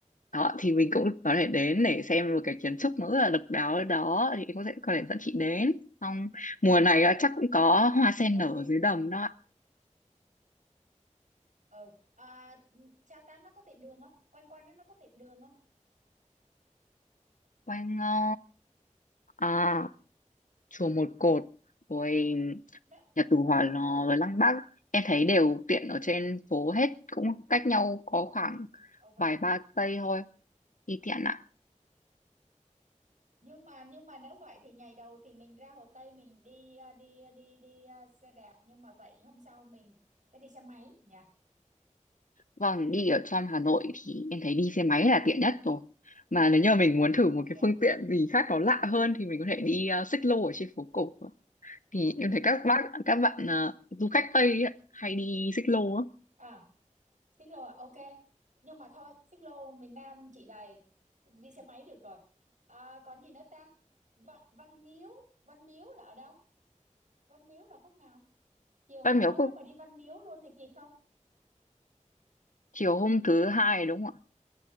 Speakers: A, on the left; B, on the right.
A: Đó, thì mình cũng có thể đến để xem một cái kiến trúc nó rất là độc đáo ở đó, thì cũng sẽ có thể dẫn chị đến. Xong mùa này là chắc cũng có hoa sen
B: ừ
A: nở dưới đầm đó ạ.
B: ừ à sa Tan nó có tiện đường không quanh quanh nó nó có tiện đường không
A: Quay ngó à chùa Một Cột rồi
B: đó
A: nhà tù Hỏa Lò
B: ừ
A: rồi Lăng Bác em thấy đều tiện ở trên phố hết cũng cách nhau có khoảng
B: ờ vậy
A: vài
B: hả
A: ba cây thôi đi tiện ạ
B: nhưng mà nhưng mà nếu vậy thì ngày đầu thì mình ra Hồ Tây mình đi à, đi à, đi đi à, xe đạp nhưng mà vậy hôm sau mình sẽ đi xe máy nhỉ
A: vâng đi ở trong Hà Nội thì em thấy đi xe máy là tiện nhất rồi mà nếu như mình muốn thử một
B: ok
A: cái phương
B: ok
A: tiện gì khác nó lạ hơn thì mình có thể đi ờ, xích lô ở trên phố cổ thì em thấy các bác các bạn ờ, du khách Tây ấy, hay đi xích lô á
B: à xích lô à ok nhưng mà thôi xích lô miền Nam chị đầy đi xe máy được rồi à, còn gì nữa ta Văn, Văn Miếu Văn Miếu là ở đâu Văn Miếu là khúc nào chiều hôm
A: Văn miếu
B: đó
A: quốc
B: nó mà đi Văn Miếu luôn thì kịp không
A: chiều hôm thứ hai đúng không ạ?